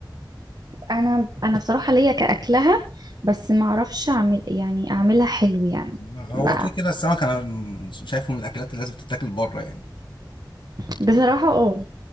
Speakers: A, on the right (about 55°); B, on the left (about 80°).
A: انا انا بصراحه ليا كاكلها بس ما اعرفش اعمل يعني اعملها حلو يعني
B: هو
A: ب-
B: كده كده السمك انا شايفه من الاكلات اللي لازم تتاكل بره يعني
A: بصراحه اه